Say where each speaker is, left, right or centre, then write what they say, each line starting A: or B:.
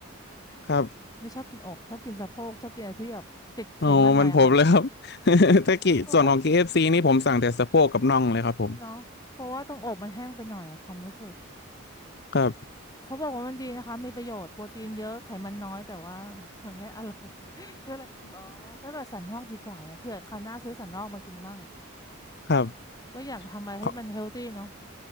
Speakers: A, on the left; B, on the left.
A: ครับ
B: ไม่ชอบกินอกชอบกินสะโพกชอบกินอะไรที่แบบติดไขมันหน่อยอะค่ะ
A: โอ้มันผมเลยครับ <laughs>
B: โอ
A: ถ้ากิส่วนของเคเอฟ
B: โออก
A: f c นี่ผมสั่งแต่สะโพกกับน่องเลยครับผม
B: เนาะเพราะว่าตรงอกมันแห้งไปหน่อยอะความรู้สึก
A: ครับ
B: เขาบอกว่ามันดีนะคะมีประโยชน์โปรตีนเยอะไขมันน้อยแต่ว่า <laughs> มันไม่อร่อย <laughs> ก็เลยอ๋อถ้าเกิดสันนอกดีกว่านะเผื่อคราวหน้าซื้อสันนอกมากินมั่ง
A: <laughs> ครับ
B: ก็อยากทำอะไรให้มันเฮลตี้เนาะ
A: ของ